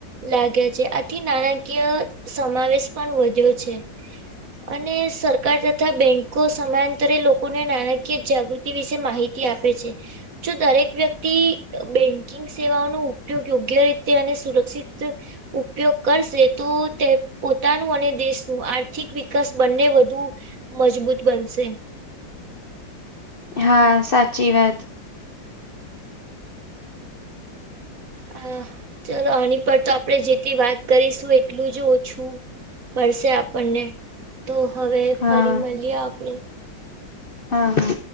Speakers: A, on the right (about 55°); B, on the left (about 55°).
A: લાગે છે આથી નાણાકીય સમાવેશ પણ વધ્યો છે. અને સરકાર તથા બેંકો સમાંતરે લોકોને નાણાકીય જાગૃ વિશે માહિતી આપે છે જો દરેક વ્યક્તિ બેનકી સેવાનો ઉપયોગ યોગ્ય રીતે અને સુરક્ષિત ઉપયોગ કરશે તો તે પોતાનું અને દેશનું આર્થિક વિકાસ બંને વધુ મજબૂત બનશે
B: હા સાચી વાત
A: હા ચલો આની પર તો આપડણે જેટલી વાત કરીશું એટલું જ ઓછું પડશે આપણને તો હવે
B: હા
A: ફરી મળીએ આપણે
B: હા હા.